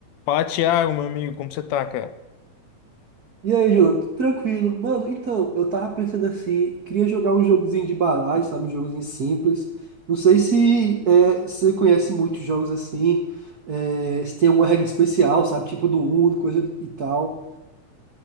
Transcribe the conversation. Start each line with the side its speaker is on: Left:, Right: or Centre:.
Left: Fala, Thiago, meu amigo, como você tá, cara?
Right: E aí, Jonathan, tudo tranquilo? Mano, então, eu tava pensando assim, queria jogar um jogozinho de baralho, sabe? Um jogozinho simples. Não sei se é, você conhece muitos jogos assim, é, se tem alguma regra especial, sabe? Tipo do Uno, coisa e tal.